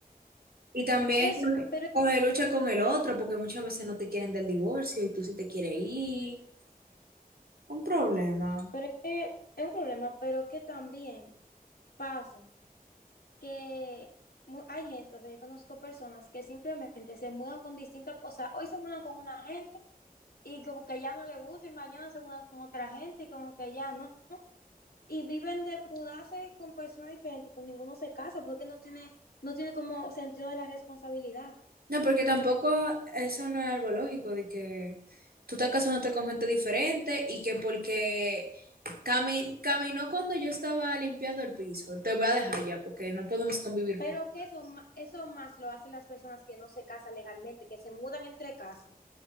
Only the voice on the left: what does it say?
Es,
pero,
pero es que es un problema, pero que también pasa que mu- hay gente, o sea, yo conozco personas que simplemente se mudan con distintas, o sea, hoy se mudan con una gente y como que ya no le gusta y mañana se mudan con otra gente y como que ya no. Y viven de mudarse con personas diferentes, con ninguno se casa porque no tiene, no tiene como sentido de la responsabilidad.
Pero
que eso, ma- eso más lo hacen las personas que no se casan legalmente, que se mudan entre casas,